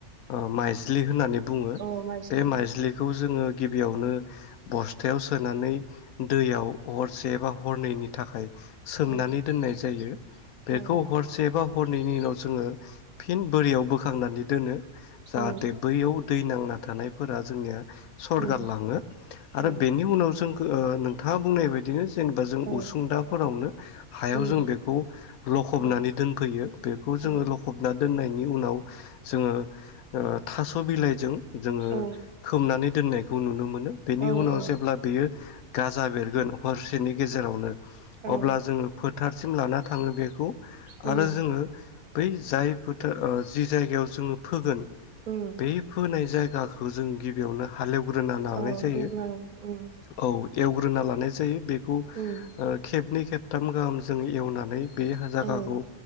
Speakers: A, on the left; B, on the right.
A: ओ माइज्लि होननानै बुङो
B: औ माइज्लि
A: बे माइज्लिखौ
B: औ
A: जोङो गिबियावनो बस्थायाव सोनानै दैयाव हरसे बा हरनैनायनि थाखाय सोमनानै
B: औ
A: दोननाय जायो बेखौ
B: औ
A: हरस एबा हरनैनि उनाव जोङो फिन बोरियाव बोखांनानै दोनो जाहाथे
B: औ
A: बैयाव दै नांना थानायफोरा जोंनिया सरगारलाङो
B: उम
A: आरो
B: औ
A: बेनि उनाव जों ओ नोंथाङा बुंनाय बायदिनो जेनेबा जों
B: औ
A: उसुंदाफोरावनो हायाव
B: उम
A: जों बेखौ लखबनानै
B: औ
A: दोनफैयो बेखौ जोङो
B: औ
A: लखबना दोननायनि उनाव जोङो ओह थास' बिलाइजों जोङो
B: औ
A: खोबनानै दोननायखौ नुनो मोनो बेनि
B: औ
A: उनाव
B: औ
A: जेब्ला बेयो गाजा बेरगोन हरसेनि गेजेरावनो
B: औ
A: अब्ला जोङो फो थारसिम लाना थाङो बेखौ
B: उम
A: आरो जोङो बै जाय फोथार ओह जि जायगायाव जोङो फोगोन
B: उम
A: बे फोनाय जायगा गाखो जों गिबियावनो हालेवग्रोना लानाय
B: अ
A: जायो
B: एवग्रोनानै उम
A: औ एवग्रोना ला नाय जायो बे खौ
B: उम
A: खेबनै खेबथाम गाहाम जों एवनानै बे हा जायगाखौ
B: औ